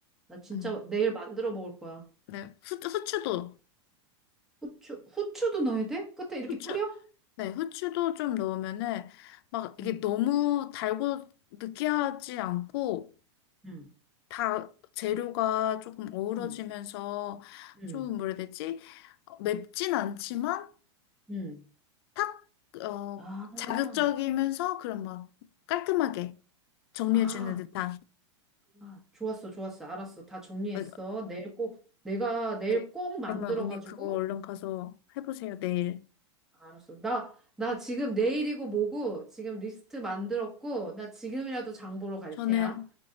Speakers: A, in the centre; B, on the left.
A: 나 진짜
B: 음,
A: 내일 만들어 먹을 거야.
B: 네, 후, 후추도,
A: 어? 후추, 후추도 넣어야 돼? 끝에 이렇게
B: 후추,
A: 뿌려?
B: 네, 후추도 좀 넣으면은, 막,
A: 응,
B: 이게 너무 달고 느끼하지 않고,
A: 응,
B: 다 재료가 조금 어우러지면서
A: 응, 응,
B: 좀 뭐라 해야 되지? 어, 맵진 않지만
A: 응.
B: 탁, 어,
A: 아,
B: 자극적이면서 그런 막 깔끔하게 정리해주는
A: 아,
B: 듯한.
A: 아, 좋았어, 좋았어. 알았어. 다 정리했어.
B: 어,
A: 내일 꼭, 내가 내일
B: 네.
A: 꼭 만들어가지고.
B: 그러면 언니 그거 얼른 가서 해보세요, 내일.
A: 어, 알았어. 나, 나 지금 내일이고 뭐고 지금 리스트 만들었고, 나 지금이라도 장 보러 갈
B: 저는
A: 테야.